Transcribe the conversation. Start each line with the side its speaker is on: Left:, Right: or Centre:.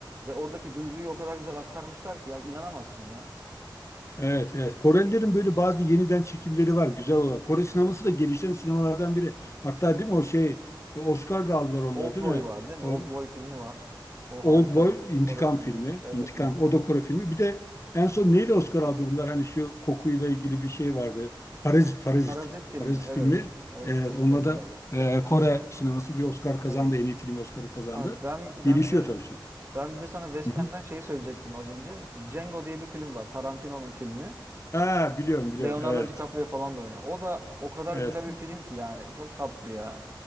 Right: Ve oradaki duyguyu o kadar güzel aktarmışlar ki ya inanamazsın ya.
Left: Evet, evet. Korelilerin böyle bazı yeniden çekimleri var güzel olan. Kore sineması
Right: Evet.
Left: da gelişen sinemalardan biri. Hatta değil mi o şey Oscar da aldılar onlar
Right: Oldboy
Left: değil mi?
Right: var değil mi?
Left: O
Right: Oldboy filmi var. O
Left: Oldboy
Right: harikadır.
Left: intikam
Right: Kore filmi.
Left: filmi,
Right: Evet,
Left: intikam
Right: İntikam.
Left: o da Kore filmi. Bir de en son neyle Oscar
Right: Hı.
Left: aldı bunlar? Hani şu kokuyla ilgili bir şey vardı. Parazit, Parazit.
Right: Parazit filmi.
Left: Parazit
Right: Evet.
Left: filmi.
Right: Parazit
Left: Evet,
Right: filmi
Left: onunla
Right: de güzeldi.
Left: da e,
Right: Aha.
Left: Kore sineması bir Oscar kazandı.
Right: Evet.
Left: En iyi film Oscar'ı kazandı.
Right: Abi ben
Left: Gelişiyor
Right: ben bir de
Left: tabii çok.
Right: ben bir de sana Western'den
Left: Hı hı.
Right: şeyi söyleyecektim az önce. Django diye bir film var. Tarantino'nun filmi.
Left: Ha, biliyorum biliyorum.
Right: Leonardo
Left: Evet.
Right: DiCaprio falan da oynuyor. O da o kadar
Left: Evet.
Right: güzel bir film ki yani. Çok tatlı ya.